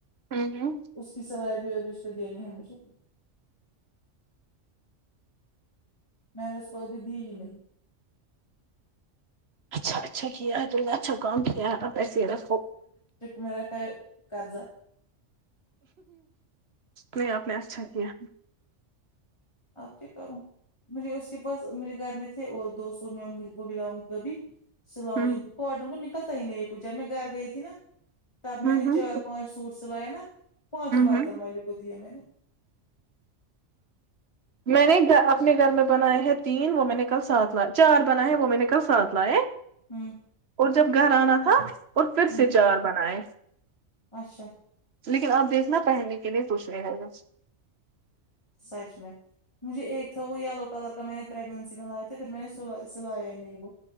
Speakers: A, on the right; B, on the left.
A: ہمم ہمم
B: اس کی سلائیی ابھی اس کی دینی ہے مجھے میں نے اس کو ابھی دی ہی نہیں
A: اچھا اچھا کیا ہے تم نے اچھا کام کیا ہے اب ایسے ہی رکھو
B: میرا یہ کرضہ
A: نہیں آپ نے اچھا کیا
B: آب کیا کروں مجھے اس کے پاس میرے گھر میں تھے اور دوستوں میں وہ <unintelligible> سلام
A: ہوں
B: وعلیکم کواٹر کو نکلتا ہی نہیں یہے جب میں گھر گئی تھی ناں تب میں
A: ہوں
B: نے
A: ہوں
B: چار پانچ سوٹ سلائے ناں پانچوں برتن
A: ہوں
B: والے کو دئیے میں نے
A: میں نے اپنے گھر میں بنائے ہیں تین وہ میں نے کل ساتھ لائے چار بنائے ہیں وہ میں نے کل سات لائے
B: ہوں
A: اور جب گھر آنا تھا اور پھر
B: ہوں
A: سےچار بنائے
B: اچھا
A: لیکن آپ دیکھنا پہننے کے لیے پوچھ رہے ہو گا
B: سچ میں مجھے ایک تھا وہ یلو کلر کا میں نے پرریگنسی میں لایا تھا پھر میں نے س سلایا ہی نہیں وہ